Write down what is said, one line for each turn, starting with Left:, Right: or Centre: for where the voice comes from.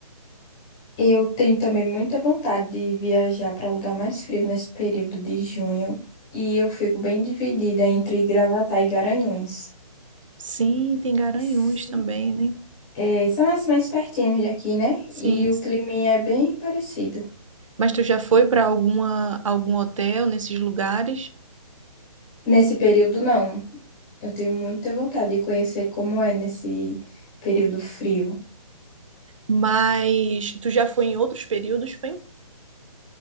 Centre: Eu tenho também muita vontade de viajar para lugar mais frio nesse período de junho e eu fico bem dividida entre Gravatá e Garanhuns.
Right: Sim, tem Garanhuns
Centre: S-
Right: também, né?
Centre: é, são as mais pertinhos daqui, né?
Right: Sim,
Centre: E o
Right: sim.
Centre: clima é bem parecido.
Right: Mas tu já foi para alguma algum hotel nesses lugares?
Centre: Nesse período, não. Eu tenho muita vontade de conhecer como é nesse período frio.
Right: Mas tu já foi em outros períodos, foi?